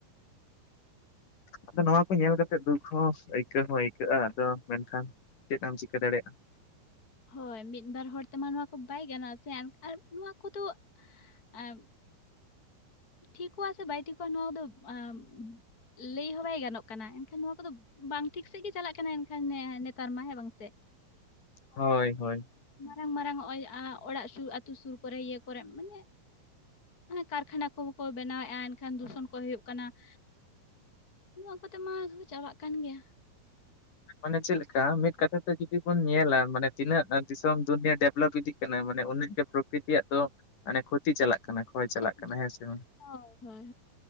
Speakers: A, on the left (about 55°); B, on the left (about 25°).
A: ᱟᱫᱚ ᱱᱚᱣᱟ ᱠᱚ ᱧᱮᱞ ᱠᱟᱛᱮ ᱫᱩᱠ ᱦᱚᱸ ᱟᱹᱭᱠᱟᱹᱣ ᱦᱚᱸ ᱟᱹᱭᱠᱟᱹᱜᱼᱟ ᱟᱫᱚ ᱢᱮᱱᱠᱷᱟᱱ ᱪᱮᱫ ᱮᱢ ᱪᱤᱠᱟᱹ ᱫᱟᱲᱮᱭᱟᱜᱼᱟ ᱾
B: ᱦᱳᱭ ᱢᱤᱫ ᱵᱟᱨ ᱦᱚᱲ ᱛᱮᱢᱟ ᱱᱚᱣᱟ ᱠᱚ ᱵᱟᱭ ᱜᱟᱱᱚᱜ-ᱟ ᱥᱮ ᱟᱨ ᱱᱚᱣᱟ ᱠᱚᱫᱚ ᱟᱨ ᱴᱷᱤᱠᱚᱜ-ᱟ ᱥᱮ ᱵᱟᱭ ᱴᱷᱤᱠᱚᱜᱼᱟ ᱱᱚᱣᱟ ᱠᱚᱫᱚ ᱟᱸ ᱞᱟᱹᱭ ᱦᱚᱸ ᱵᱟᱭ ᱜᱟᱱᱚᱜ ᱠᱟᱱᱟ, ᱮᱱᱠᱷᱟᱱ ᱱᱚᱣᱟ ᱠᱚᱫᱚ ᱵᱟᱝ ᱴᱷᱤᱠ ᱥᱮᱜ ᱜᱮ ᱪᱟᱞᱟᱜ ᱠᱟᱱᱟ ᱮᱱᱠᱷᱟᱱ ᱱᱮᱛᱟᱨ ᱢᱟ ᱦᱮᱸ ᱵᱟᱝ ᱥᱮ?
A: ᱦᱳᱭ ᱦᱳᱭ ᱾
B: ᱢᱟᱨᱟᱝ ᱢᱟᱨᱟᱝ ᱱᱚᱜᱼᱚᱭ ᱚᱲᱟᱜ ᱥᱩᱨ ᱟᱹᱛᱩ ᱥᱩᱨ ᱠᱚᱨᱮ ᱤᱭᱟᱹ ᱠᱚᱨᱮ ᱢᱟᱱᱮ ᱠᱟᱨᱠᱷᱟᱱᱟ ᱠᱚᱦᱚᱸ ᱠᱚ ᱵᱮᱱᱟᱣᱮᱜᱼᱟ ᱮᱱᱠᱷᱟᱱ ᱫᱩᱥᱚᱱ ᱠᱚ ᱦᱩᱭᱩᱜ ᱠᱟᱱᱟ ᱾ ᱱᱚᱣᱟ ᱠᱚᱛᱮ ᱢᱟ ᱠᱚ ᱪᱟᱵᱟᱜ ᱠᱟᱱ ᱜᱮᱭᱟ ᱾
A: ᱢᱟᱱᱮ ᱪᱮᱫ ᱞᱮᱠᱟ ᱢᱤᱫ ᱠᱟᱛᱷᱟ ᱛᱮ ᱡᱩᱫᱤ ᱵᱚᱱ ᱧᱮᱞᱟ ᱢᱟᱱᱮ ᱛᱤᱱᱟᱹᱜ ᱫᱤᱥᱚᱢ ᱫᱩᱱᱭᱟᱹ ᱰᱮᱵᱷᱞᱚᱯ ᱤᱫᱤᱜ ᱠᱟᱱᱟ ᱢᱟᱱᱮ ᱩᱱᱟᱹᱜ ᱜᱮ ᱯᱨᱚᱠᱤᱛᱤᱭᱟᱜ ᱫᱚ ᱢᱟᱱᱮ ᱠᱷᱚᱛᱤ ᱪᱟᱞᱟᱜ ᱠᱟᱱᱟ ᱾ ᱠᱷᱚᱭ ᱪᱟᱞᱟᱜ
B: ᱠᱷᱚᱛᱤ
A: ᱠᱟᱱᱟ ᱦᱮᱸ ᱥᱮ ᱵᱟᱝ?
B: ᱦᱳᱭ ᱦᱳᱭ